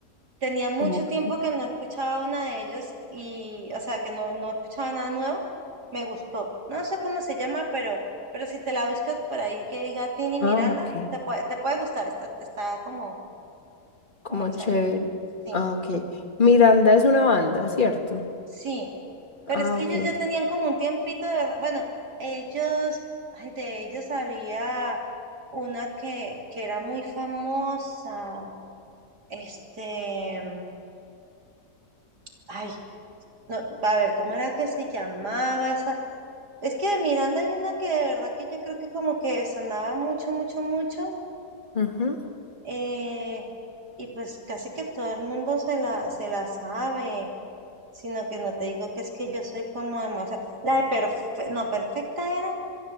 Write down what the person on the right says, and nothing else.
Tenía mucho
tiempo que no escuchaba una de ellos y, o sea, que no, no escuchaba nada nuevo. Me gustó. No sé cómo se llama, pero, pero si te la buscas por ahí que diga Tini Miranda,
te puede, te puede gustar. Está, está como,
como chévere.
Sí,
sí. Pero
es que
ellos ya tenían como un tiempito de, bueno, ellos, ay, de ellos había una que, que era muy famosa. Este, ay, No, a ver, ¿cómo era que se llamaba esa? Es que de Miranda hay una que de verdad que yo creo que como que sonaba mucho, mucho, mucho,
eh, y pues casi que todo el mundo se la, se la sabe, sino que no te digo que es que yo soy como demasiado, la de perfe no, perfecta era,